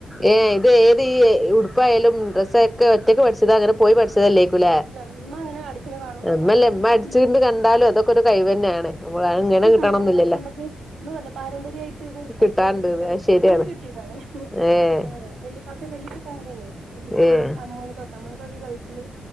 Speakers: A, in the centre; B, on the right (about 70°).
A: ഏഹ് ഇത് ഏത് ഈ ഉടുപ്പായാലും ഡ്രസൊക്കെ ഒറ്റക്ക് പഠിച്ചതാ അങ്ങനെ പോയി പഠിച്ച ഇട്ട് തന്നേക്കുവല്ലേ
B: അല്ല ഇമ്മ അങ്ങനെ അടിക്കണ കാണും
A: ഉം
B: അപ്പൊ അവിടെ
A: <unintelligible>
B: ഇങ്ങനെ നോക്കി
A: അടിച്ചുകൊണ്ട്
B: നിന്ന്
A: കണ്ടാലും അതൊക്കെ ഒരു കഴിവ് തന്നെയാണ്. നമ്മള് ഇങ്ങനെ
B: അത്
A: കിട്ടണംന്നില്ലല്ലോ
B: തലമുറകളായിട്ട് നമ്മുക്ക് നമ്മള് പറയില്ലേ പാരമ്പര്യമായിട്ട് ഇത് കൈ
A: കിട്ടാനുണ്ട്ന്ന്
B: തൊഴിൽ കിട്ടാന്ന്
A: അത് ശരിയാണ്
B: അങ്ങനെ കി ട്ടിയത് ആണ്
A: ഏഹ്
B: അങ്ങനെ വെല്ലുപ്പായ്ക്ക് വല്ലുപ്പയ്ക്ക് അങ്ങനെയാണ് വല്ലുപ്പ
A: ഏഹ്
B: അമ്മോന്. നമ്മുക്കൊക്കെ ഗൾഫില്